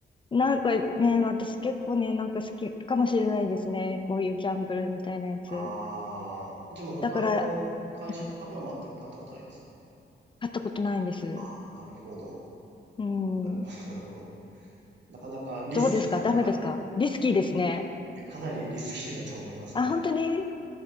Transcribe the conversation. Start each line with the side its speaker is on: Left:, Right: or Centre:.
Left: なんかね、私結構ね、なんか好きかもしれないですね。こういうギャンブルみたいなやつ。
Right: あー、じゃあもう他の会社の株は全く買ったことないです。
Left: だから、うん買ったことないんです。
Right: あー、なるほど。
Left: うん。
Right: なるほど、なるほど。なかなかリスキーな、
Left: どうですかダメですかリスキーですね。
Right: あ、いや、かなりリスキーだと思いますね。
Left: あ、本当に